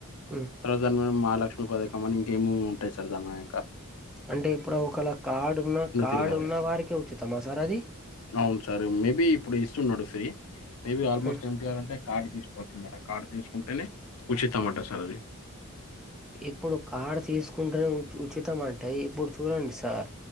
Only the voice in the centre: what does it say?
ఉమ్
అంటే ఇప్పుడు ఒకళ కార్డు ఉన్న కార్డు
ఉన్న వారికే ఉచితమా సార్ అది
ఆ.
ఇప్పుడు కార్డు తీసుకుంటేనే ఉచితం అంటే ఇప్పుడు చూడండి సార్